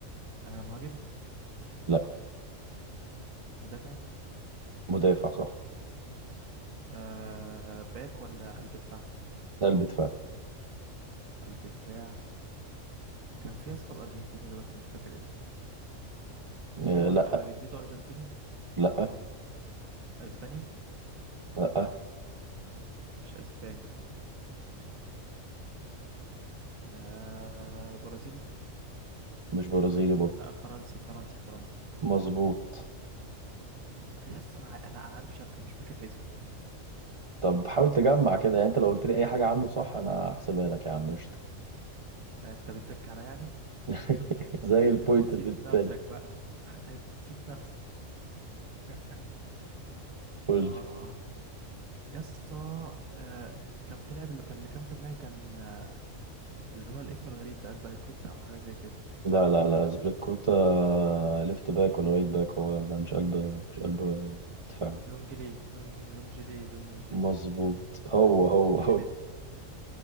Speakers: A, on the right; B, on the right.
A: آه، مهاجم
B: لا
A: مدافع
B: مدافع صح
A: آه، باك ولا قلب دفاع
B: قلب دفاع
A: قلب دفاع كان في يا اسطى الارجنتيني ده بس مش فاكر اسمه
B: آه،
A: هو
B: لا
A: آه، جنسيته أرجنتيني
B: لا
A: أسباني
B: لا
A: مش أسباني آه برازيلي
B: مش برازيلي برضه
A: آه فرنسي فرنسي فرنسي
B: مظبوط
A: يس أنا ع- أنا أنا عارف شكله مش فاكر اسمه
B: طب حاول تجمع كده يعني انت لو قلت لي اي حاجه عنه صح انا هحسبها لك يا عم قشطه
A: آه أنت بتزكي عليا يعني
B: <laughs> زي البوينت
A: أنت نسيت
B: اللي بتتقال
A: نفسك بقى <laughs> أنت نسيت نفسك <laughs>
B: قول
A: آه
B: لي
A: يا اسطى آه كان في لاعب اللي كان اللي كان في دماغي كان آه، اللي هو الاسم الغريب ده أسباليكويتا أو حاجة زي كده
B: لا لا لا زبريكوتا ليفت باك ولا رايت باك هو لا مش قلب مش قلب دفاعي
A: لونجلي لون لونجلي لونج
B: مظبوط هو هو
A: كليمنت
B: هو